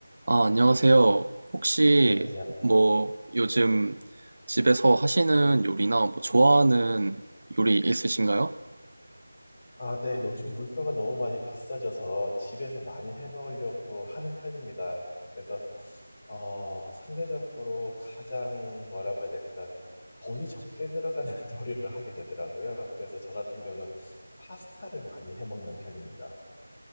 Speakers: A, on the right; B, on the left.
A: 아, 안녕하세요. 혹시
B: 네, 안녕.
A: 뭐 요즘 집에서 하시는 요리나 뭐 좋아하는 요리 있으신가요?
B: 아, 네, 요즘 물가가 너무 많이 비싸져서 집에서 많이 해 먹으려고 하는 편입니다. 그래서, 어, 상대적으로 가장 뭐라고 해야 될까, 돈이 적게 들어가는 <laughs> 요리를 하게 되더라고요. 그래서 저 같은 경우는 파스타를 많이 해 먹는 편입니다.